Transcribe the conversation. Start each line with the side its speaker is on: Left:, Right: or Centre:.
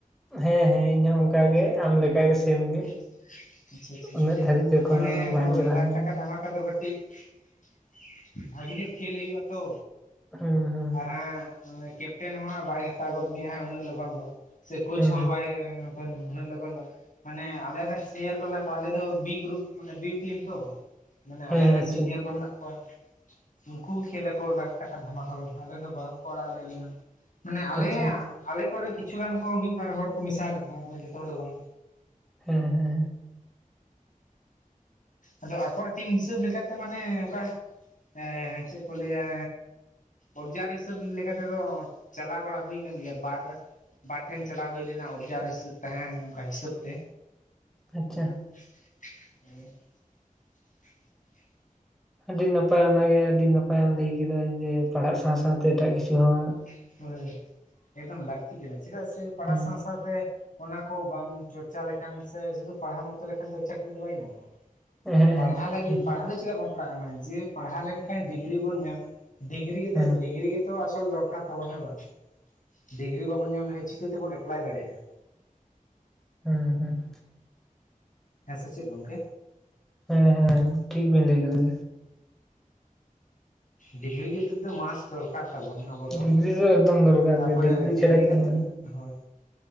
Centre: ᱦᱮᱸ ᱦᱮᱸ ᱤᱧᱦᱚᱸ ᱚᱱᱠᱟ ᱜᱮ ᱟᱢ ᱞᱮᱠᱟ ᱜᱮ ᱥᱮᱢ ᱜᱮ।
Left: <unintelligible> ᱟᱪᱪᱷᱟ ᱟᱪᱪᱷᱟ
Centre: ᱩᱱᱟᱹᱜ ᱫᱷᱟᱹᱨᱤᱡ ᱫᱚ ᱮᱠᱷᱚᱱᱳ
Left: ᱢᱟᱱᱮ ᱦᱳᱭ
Centre: ᱵᱟᱝ ᱪᱟᱞᱟᱣ
Left: ᱞᱟᱠᱷ
Centre: ᱦᱩᱭ
Left: ᱴᱟᱠᱟ ᱫᱷᱟᱢᱟᱠᱟᱫᱚ ᱠᱟᱹᱴᱤᱡ <inaudible> ᱵᱷᱟᱜᱮ ᱧᱚᱜ ᱠᱷᱮᱞ ᱦᱩᱭᱩᱜ ᱟᱛᱚ
Centre: ᱠᱟᱱᱟ ᱦᱩᱸ ᱦᱩᱸ
Left: ᱟᱨ ᱦᱟᱸᱜ <inaudible> ᱠᱮᱯᱴᱮᱱ <unintelligible> ᱠᱮᱯᱴᱮᱱ ᱦᱚᱸᱦᱟᱸᱜ ᱵᱟᱭ ᱦᱟᱛᱟᱣ ᱜᱚᱫ ᱢᱮᱭᱟ ᱩᱱᱟᱹᱜ ᱞᱚᱜᱚᱱ ᱫᱚ ᱥᱮ ᱠᱳᱪ
Centre: ᱦᱩᱸ
Left: ᱦᱚᱸ ᱵᱟᱭ ᱩᱱᱟᱹᱜ ᱞᱚᱜᱚᱱ ᱫᱚ ᱢᱟᱱᱮ ᱟᱞᱮᱞᱮ ᱥᱤᱱᱤᱭᱟᱨ ᱠᱚ ᱢᱮᱱᱟᱜ ᱠᱚᱣᱟ ᱟᱞᱮ ᱫᱚ ᱵᱤ ᱜᱨᱩᱯ ᱢᱟᱱᱮ ᱵᱤ ᱴᱤᱢ ᱛᱚ, ᱢᱟᱱᱮ
Centre: ᱦᱮᱸ
Left: ᱟᱞᱮ ᱨᱮᱱ
Centre: ᱟᱪᱪᱷᱟ
Left: ᱥᱤᱱᱤᱭᱟᱨ ᱠᱚ ᱢᱮᱱᱟᱜ ᱠᱚᱣᱟ। ᱩᱱᱠᱩ ᱠᱷᱮᱞ ᱟᱠᱚ ᱞᱟᱠᱷ ᱴᱟᱠᱟ ᱫᱷᱟᱢᱟ ᱠᱚᱫᱚ ᱟᱞᱮ ᱫᱚ ᱵᱟᱝᱠᱚ ᱟᱲᱟᱜ ᱟ ᱞᱮᱭᱟ। ᱢᱟᱱᱮ ᱟᱞᱮᱭᱟᱜ
Centre: ᱟᱪᱪᱷᱟ
Left: ᱟᱞᱮ ᱠᱚᱨᱮᱱ ᱠᱤᱪᱷᱩ ᱜᱟᱱ ᱠᱚ ᱢᱤᱫ ᱵᱟᱨ ᱦᱚᱲ ᱠᱚ ᱢᱮᱥᱟ ᱠᱟᱜ ᱠᱚᱣᱟ ᱟᱫᱚ ᱡᱚᱛᱚ ᱦᱚᱲ ᱫᱚ ᱵᱟᱝ।
Centre: ᱦᱮᱸ ᱦᱮᱸ
Left: ᱟᱫᱚ ᱟᱠᱚᱣᱟᱜ ᱴᱤᱢ ᱦᱤᱥᱟᱹᱵ ᱞᱮᱠᱟᱛᱮ ᱢᱟᱱᱮ ᱚᱱᱠᱟ ᱮᱻ ᱪᱮᱫ ᱠᱚ ᱞᱟᱹᱭᱟ, ᱚᱵᱡᱟᱨ ᱦᱤᱥᱟᱹᱵ ᱞᱮᱠᱟ ᱛᱮᱫᱚ, ᱪᱟᱞᱟᱣ ᱵᱟᱲᱟ ᱦᱩᱭ ᱟᱠᱟᱱ ᱜᱮᱭᱟ ᱵᱟᱨ ᱵᱟᱨ ᱴᱷᱮᱱ ᱪᱟᱞᱟᱣ ᱦᱩᱭ ᱞᱮᱱᱟ ᱚᱵᱽᱡᱟᱨ ᱦᱤᱥᱟᱹᱵ ᱛᱟᱦᱮᱸ ᱚᱝᱠᱟ ᱦᱤᱥᱟᱹᱵ ᱛᱮ
Centre: ᱟᱪᱪᱷᱟ,
Left: <inaudible> ᱚ <unintelligible>
Centre: ᱟᱹᱰᱤ ᱱᱟᱯᱟᱭ ᱚᱱᱟᱜᱮ ᱟᱹᱰᱤ ᱱᱟᱯᱟᱭᱮᱢ ᱞᱟᱹᱭ ᱠᱮᱫᱟ ᱡᱮ ᱯᱟᱲᱦᱟᱜ ᱥᱟᱶ ᱥᱟᱶᱛᱮ ᱮᱴᱟᱜ ᱠᱤᱪᱷᱩ ᱦᱚᱸ,
Left: <inaudible> ᱦᱳᱭ ᱮᱠᱫᱚᱢ ᱞᱟᱹᱠᱛᱤ ᱠᱟᱱᱟ ᱪᱮᱫᱟᱜ ᱥᱮ ᱯᱟᱲᱦᱟᱣ
Centre: ᱦᱮᱸ
Left: ᱥᱟᱶ ᱥᱟᱶ, ᱚᱱᱟ ᱠᱚ ᱵᱟᱢ ᱪᱚᱨᱪᱟ ᱞᱮᱠᱷᱟᱱ ᱥᱮ ᱥᱩᱫᱷᱩ ᱯᱟᱲᱦᱟᱣ <unintelligible> ᱡᱚᱛᱚ ᱞᱮᱠᱟᱱ ᱫᱚ ᱪᱟᱹᱠᱨᱤ ᱫᱚ ᱵᱟᱭ ᱧᱟᱢᱚᱜᱼᱟ
Centre: ᱦᱮᱸ
Left: ᱯᱟᱲᱦᱟᱣ
Centre: ᱦᱮᱸ
Left: ᱞᱟᱹᱜᱤᱫ
Centre: ᱮᱠᱫᱚᱢ
Left: ᱯᱟᱲᱦᱟᱣ ᱪᱮᱫᱟᱜ ᱵᱟᱝ, ᱯᱟᱲᱟᱜ ᱠᱟᱱᱟᱢ ᱡᱮ ᱯᱟᱲᱦᱟᱣ ᱞᱮᱱᱠᱷᱟᱱ ᱰᱤᱜᱽᱨᱤ ᱵᱚᱱ ᱧᱟᱢ ᱰᱤᱜᱽᱨᱤ ᱜᱮ
Centre: ᱦᱮᱸ
Left: ᱰᱤᱜᱽᱨᱤ ᱜᱮᱛᱚ ᱟᱥᱚᱞ ᱫᱚᱨᱠᱟᱨ ᱛᱟᱵᱚᱱ ᱦᱮᱸ ᱵᱟᱝ ᱰᱤᱜᱽᱨᱤ ᱵᱟᱵᱚᱱ ᱧᱟᱢ ᱞᱮᱠᱷᱟᱱ ᱪᱤᱠᱟᱹᱛᱮᱵᱚᱱ ᱮᱯᱞᱟᱭ ᱫᱟᱲᱮᱭᱟᱜᱼᱟ।
Centre: ᱦᱩᱸ ᱦᱩᱸ।
Left: ᱦᱮᱸ ᱥᱮ ᱪᱮᱫ ᱜᱚᱝᱠᱮ।
Centre: ᱦᱳᱭᱸ ᱴᱷᱤᱠ ᱵᱤᱱ ᱞᱟᱹᱭ ᱠᱮᱫᱟ।
Left: ᱰᱤᱜᱽᱨᱤ <unintelligible> ᱠᱤᱱᱛᱩ ᱢᱟᱥ ᱫᱚᱨᱠᱟᱨ ᱛᱟᱵᱚᱱ। ᱟᱵᱚ ᱫᱚ,
Centre: ᱰᱤᱜᱽᱨᱤ ᱮᱠᱫᱚᱢ ᱫᱚᱨᱠᱟᱨ
Left: ᱛᱟᱯᱚᱨᱮ
Centre: ᱜᱮ
Left: ᱰᱤᱜᱽᱨᱤ
Centre: ᱪᱷᱟᱲᱟ ᱪᱮᱫ
Left: ᱠᱟᱛᱮᱜ
Centre: ᱦᱚᱸ ᱵᱟᱝ
Left: ᱜᱮ,
Centre: ᱦᱩᱭᱩᱜᱼᱟ
Left: ᱦᱳᱭ